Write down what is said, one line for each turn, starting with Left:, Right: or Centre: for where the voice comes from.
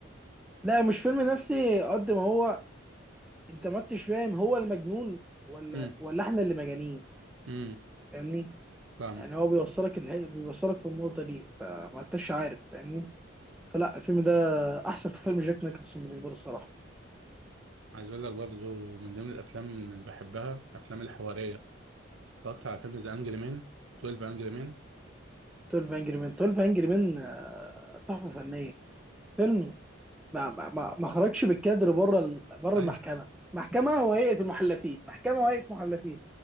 Centre: لا مش فيلم نفسي قد ما هو انت ما انتش فاهم هو المجنون ولا
Right: امم
Centre: ولا احنا اللي مجانين
Right: امم
Centre: فاهمني
Right: فاهمك
Centre: يعني هو بيوصلك الهي... بيوصلك في النقطه دي فما انتش عارف فاهمني فلا الفيلم ده احسن فيلم جاك نيكلسون بالنسبه لي الصراحه
Right: عايز اقول لك برضو من ضمن الافلام اللي بحبها افلام الحواريه اتفرجت على فيلم ذا انجري مان 12 انجري مان
Centre: 12 انجري مان 12 انجري مان تحفه فنيه فيلم ما ما ما ما خرجش بالكادر بره ال- بره
Right: ايوه
Centre: المحكمه محكمه وهيئه المحلفين محكمه وهيئه محلفين